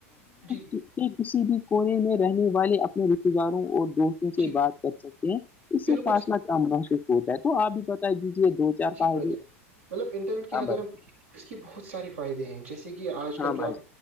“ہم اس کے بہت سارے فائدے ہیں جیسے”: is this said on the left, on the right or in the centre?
Right